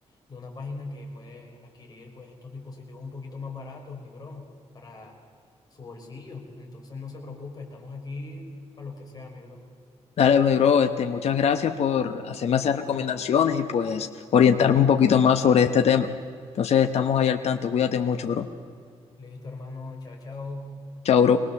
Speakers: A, on the left; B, on the left.
A: de una página que puede adquirir pues estos dispositivos un poquito más baratos, mi bro, para su bolsillo. Entonces no se preocupe, estamos aquí para lo que sea, mi bro.
B: Dale, mi bro, este, muchas gracias por hacerme esas recomendaciones y pues orientarme un poquito más sobre este tema. Entonces, estamos ahí al tanto. Cuídate mucho, bro.
A: Listo, hermano, chao, chao.
B: Chao, bro.